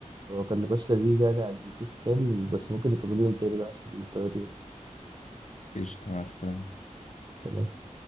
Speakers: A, on the right (about 35°); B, on the left (about 65°).
A: هو كان نقاش لذيذ يعني عن جي بي سكان بس ممكن نكمله يوم تاني بقى عشان الطيارة دي.
B: قشطة مع السلامة
A: سلام